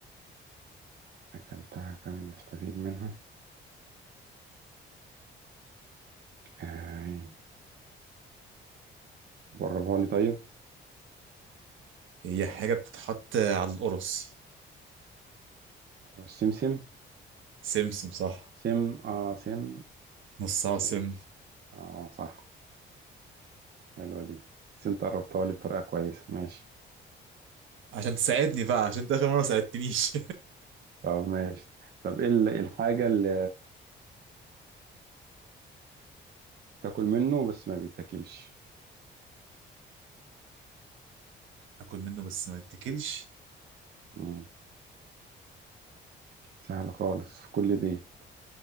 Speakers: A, on the right; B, on the right.
A: اكلتها كامل نستفيد منها آه، جربها لي طيب
B: هي حاجة بتتحط على القرص
A: السمسم
B: سمسم صح
A: سم اه سم
B: نص عاصم
A: سم اه صح حلوة دي بس انت قربتها لي بطريقة كويسة ماشي
B: عشان تساعدني بقى عشان انت اخر مره ما ساعدتنيش
A: طب ماشي طب ايه ال- الحاجة اللي تاكل منه بس ما بيتاكلش
B: <laughs> اكل منه بس ما اتاكلش
A: مم. سهلة خالص في كل بيت